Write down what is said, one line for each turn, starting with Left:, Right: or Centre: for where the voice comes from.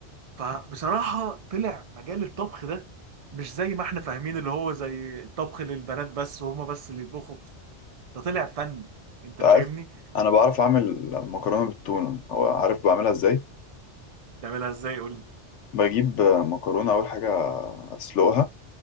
Right: فبصراحة طلع مجال الطبخ ده مش زي ما احنا فاهمين اللي هو زي الطبخ للبنات بس وهما بس اللي يطبخوا ده طلع فن انت
Left: انت
Right: فاهمني
Left: عارف انا بعرف اعمل مكرونه بالتونه او عارف بعملها ازاي
Right: تعملها ازاي قول لي
Left: بجيب مكرونه اول حاجه اسلقها